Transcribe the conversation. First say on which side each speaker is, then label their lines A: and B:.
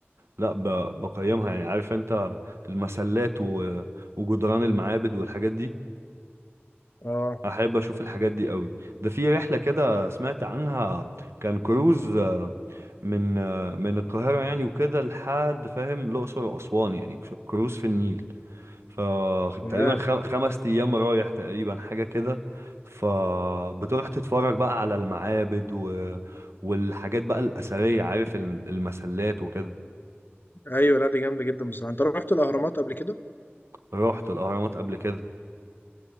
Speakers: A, on the right (about 85°); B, on the left (about 50°).
A: لا ب... بقيمها يعني عارف انت المسلات و... وجدران المعابد والحاجات دي
B: اه
A: احب اشوف الحاجات دي قوي ده في رحله كده سمعت عنها كان كروز من آه، من القاهرة يعني وكده لحد فاهم الأقصر وأسوان يعني كر- كروز في النيل فتقريبا
B: ياه
A: خمس أيام رايح تقريبا حاجة كده فبتروح تتفرج بقى على المعابد و... والحاجات بقى الأثرية عارف ال- المسلات وكده
B: ايوه لا دي جامدة جدا بصراحة انت رحت الأهرامات قبل كده؟
A: رحت الأهرامات قبل كده